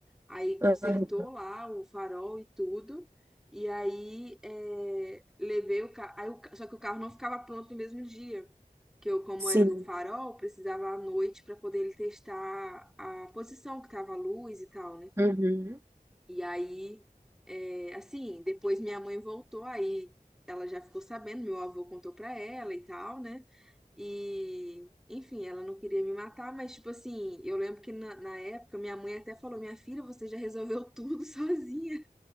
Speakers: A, in the centre; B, on the right (about 20°).
A: Aí
B: aham,
A: consertou lá o farol e tudo. E aí eh, levei o carro. Só que o carro não ficava pronto no mesmo dia que eu, como
B: sim.
A: era no farol, precisava à noite para poder ele testar a posição que tava a luz e tal, né?
B: Uhum.
A: E aí, é, assim, depois minha mãe voltou, aí ela já ficou sabendo, meu avô contou para ela e tal, né? E, enfim, ela não queria me matar, mas, tipo assim, eu lembro que na, na época minha mãe até falou: Minha filha, você já resolveu tudo <laughs> sozinha.